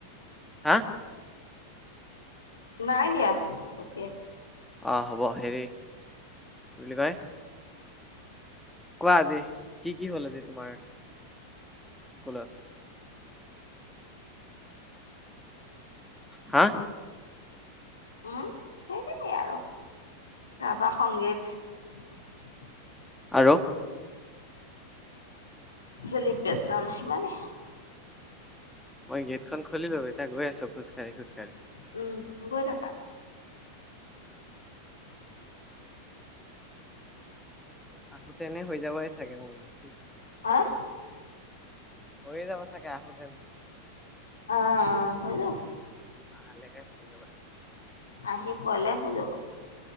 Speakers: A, in the centre; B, on the left.
A: হা
B: নাই দিয়া পঠিয়াই
A: আহ হ'ব, হেৰি কি কয় কোৱা আজি, কি কি হ'ল আজি তোমাৰ স্কুলত। হা
B: উম সেইখিনিয়ে আৰু ৰাভা সংগীত
A: আৰু
B: চেলিব্ৰেচন সিমানে।
A: মই গেটখন খুলিলো, এতিয়া গৈ আছো খোজ কাঢ়ি খোজ কাঢ়ি।
B: উম গৈ থাকা
A: আহোতে এনে হৈ যাবই চাগে মোৰ। <unintelligible>
B: আহ
A: হৈয়ে যাব চাগে আহোতে।
B: অ হয়দিয়া
A: আহালৈকে হৈ যাব লাগে।
B: আহি পোৱালে হৈ যাব।